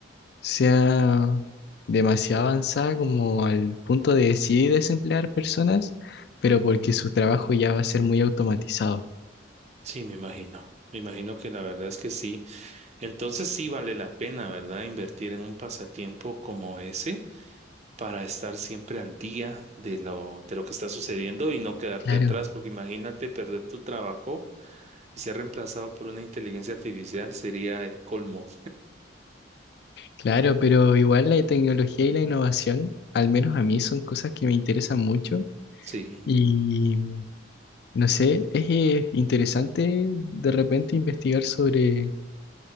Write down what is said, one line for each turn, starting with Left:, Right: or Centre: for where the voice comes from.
Left: sea demasiado avanzada como al punto de decidir desemplear personas, pero porque su trabajo ya va a ser muy automatizado.
Right: Sí, me imagino. Me imagino que la verdad es que sí. Entonces sí vale la pena, ¿verdad? Invertir en un pasatiempo como ese. para estar siempre al día de lo, de lo que está sucediendo y no quedarte
Left: Claro.
Right: atrás, porque imagínate perder tu trabajo y ser reemplazado por una inteligencia artificial sería el colmo.
Left: Claro, pero igual la tecnología y la innovación, al menos a mí, son cosas que me interesan mucho
Right: Sí,
Left: Y no sé, es eh, interesante de repente investigar sobre